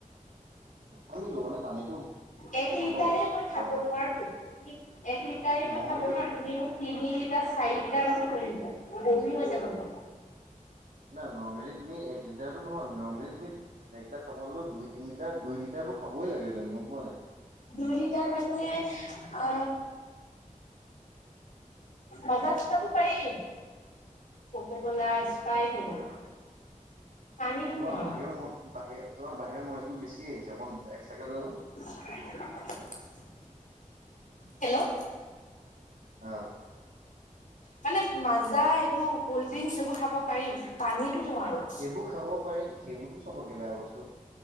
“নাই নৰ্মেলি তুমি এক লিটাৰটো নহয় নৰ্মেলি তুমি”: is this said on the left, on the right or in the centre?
Right